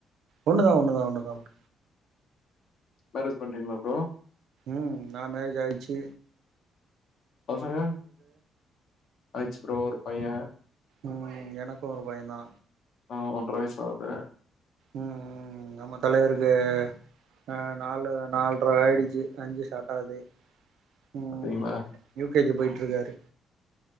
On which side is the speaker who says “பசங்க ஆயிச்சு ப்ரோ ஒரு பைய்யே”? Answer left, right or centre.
Left